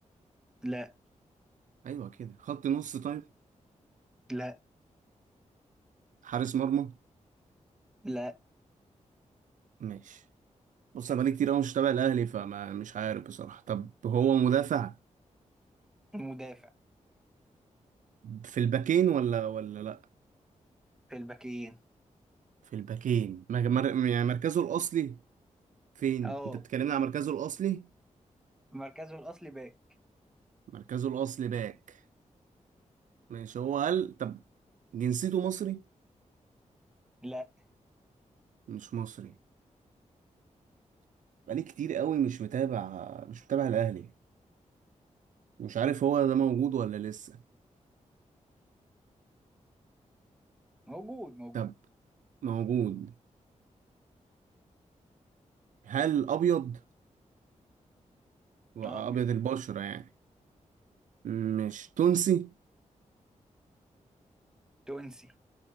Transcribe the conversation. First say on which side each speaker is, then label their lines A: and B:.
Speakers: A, in the centre; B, on the right.
A: لا
B: ايوه كده خط نص طيب
A: لا
B: حارس مرمى
A: لا
B: ماشي بص انا بقالي كتير قوي مش تابع الاهلي فما مش عارف بصراحه طب هو مدافع
A: مدافع
B: في الباكين ولا ولا لا
A: في الباكين
B: في الباكين مج- مر- يعني مركزه الاصلي فين
A: اه
B: انت بتكلمني عن مركزه الاصلي
A: مركزه الأصلي باك
B: مركزه الاصلي باك ماشي هو قال طب جنسيته مصري
A: لا
B: مش مصري بقالي كتير قوي مش متابع مش متابع الاهلي مش عارف هو ده موجود ولا لسه
A: موجود موجود
B: طب موجود هل ابيض وابيض
A: أبيض
B: البشرة يعني مش تونسي
A: تونسي